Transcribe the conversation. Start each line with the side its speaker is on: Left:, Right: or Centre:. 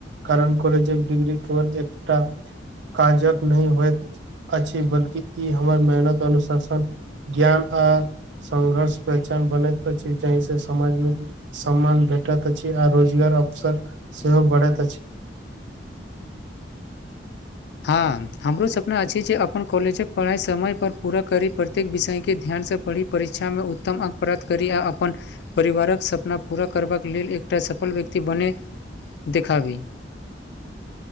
Right: कारण कॉलेजक डीग्री केवल एकटा। काजक नै होए। अछि बल्कि ई हमर मेहनत अनुशासन ज्ञान आ। संघर्ष पहचान बनैत छै जहि से समाज मे सम्मान भे भेट अछी आ रोजगार अवसर सेहो बढ़ैत अछि।
Left: हँ हमरो सपना अछि जे अपन कॉलेज कऽ पढ़ाइ समय पर पूरा करी प्रत्येक विषय केँ ध्यानसँ पढ़ी। परीक्षा में उत्तम अंक प्राप्त करी आ अपन परिवारक सपना पर। पूरा करबाक लेल एकटा सफल व्यक्ति बने <inaudible> देखाबी।